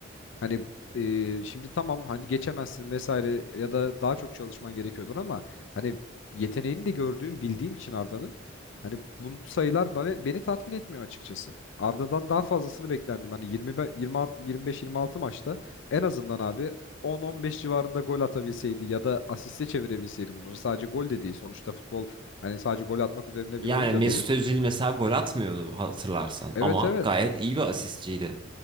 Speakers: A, on the left; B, on the right.
A: Hani e, şimdi tamam hani geçemezsin vesaire ya da daha çok çalışman gerekiyordur ama hani yeteneğini de gördüğüm bildiğim için Arda'nın hani bu sayılar bana beni tatmin etmiyor açıkçası. Arda'dan daha fazlasını beklerdim. Hani 20, be- 20, 25-26 maçta en azından abi 10-15 civarında gol atabilseydi ya da asiste çevirebilseydi bunları sadece gol de değil. Sonuçta futbol hani sadece gol atmak üzerine
B: Yani
A: bir oyun da
B: Mesut
A: değil.
B: Özil mesela gol atmıyordu hatırlarsan
A: Evet
B: ama
A: evet.
B: gayet iyi bir asistçiydi.